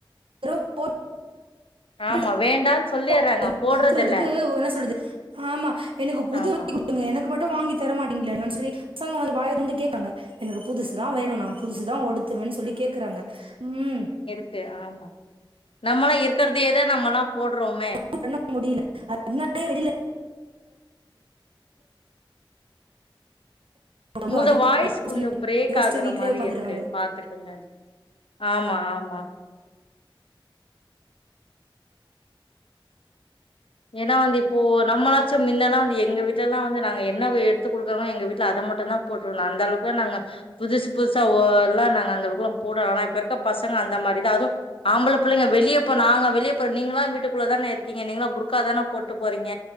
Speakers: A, on the right; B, on the left.
A: ரோ போ <inaudible>
B: ஆமா வேண்டான்னு சொல்லிறாங்க போடுறதில்ல
A: பாக்குறதுக்கு என்ன சொல்லுது ஆமா எனக்கு புது
B: ஆமா
A: குடுங்க எனக்கு மட்டு வாங்கி தரமாட்டிங்கங்களாங்கன் சொல்லி பசங்க வந்து வாய தொறந்து கேப்பாங்க எனக்கு புதுசுதா வேணு நா புதுசுதா ஒடுத்துவேன்னு சொல்லி கேக்குறாங்க ம்
B: இங்கு ஆமா நம்மள்லா இருக்கறதையே தா நம்மள்லா போட்றோமே
A: முட்டு பண்ண முடியல அதனாலே வெளில <inaudible> ரொம்ப
B: உங்களோட
A: அதிகமா
B: வாய்ஸ்
A: இருக்குன்னு
B: கொஞ்சோ
A: சொல்லி
B: பிரேக்
A: யோசிச்சு
B: ஆகுற
A: வீட்லயே
B: மாரி
A: உக்காந்துடுறாங்க
B: இருக்கு பாத்து க்குங்க ஆமா ஆமா ஏனா வந்து இப்போ நம்மளா ச்சே மின்னெல்லா வந்து எங்க வீட்டுலல்லா வந்து நாங்க என்ன வ எடுத்து குடுக்கறாங்களோ எங்க வீட்ல அத மட்டுந்தா போட்டுருந்தோ அந்தளவுக்கு தா நாங்க புதுசு புதுசா ஓ எல்லா நாங்க அந்த அளவுக்கெல்லா போடல ஆனா இப்ப இருக்க பசங்க அந்த மாரிதா அதுவு ஆம்புள புள்ளைங்க வெளிய போ நாங்க வெளிய போறோ நீங்கள்லா வீட்டுக்குள்ள தான இருக்கீங்க நீங்களா புர்க் கா தான போட்டு போறீங்க